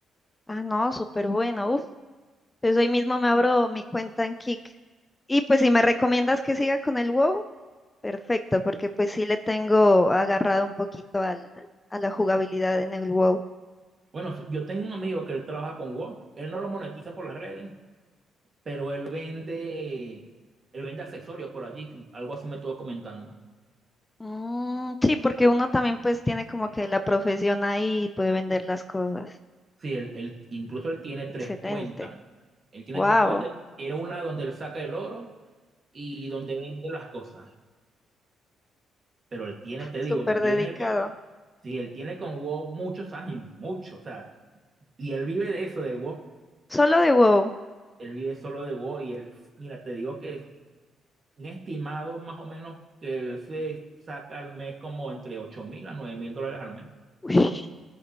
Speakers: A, on the left (about 20°); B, on the right (about 40°).
A: Ah, no, súper bueno. Uf, pues hoy mismo me abro mi cuenta en Kick. Y pues si me recomiendas que siga con el WoW, perfecto, porque pues sí le tengo agarrado un poquito al, a la jugabilidad en el WoW.
B: Bueno, yo tengo un amigo que él trabaja con WoW, él no lo monetiza por las redes, pero él vende, él vende accesorios por allí, algo así me estuvo comentando.
A: Mm, sí, porque uno también pues tiene como que la profesión ahí y puede vender las cosas.
B: Sí, él, él- incluso él tiene tres
A: Excelente.
B: cuentas. Él tiene
A: Wow,
B: tres cuentas. Tiene una donde él saca el oro y donde vende las cosas. Pero él tiene, te
A: súper
B: digo, él tiene,
A: dedicado.
B: to- sí, él tiene con WoW muchos años, muchos, o sea, y él vive de eso, del WoW.
A: Solo de WoW.
B: Él vive solo de WoW y él, mira, te digo que es un estimado más o menos que él se saca al mes como entre ocho mil a nueve mil dólares al mes.
A: Ush.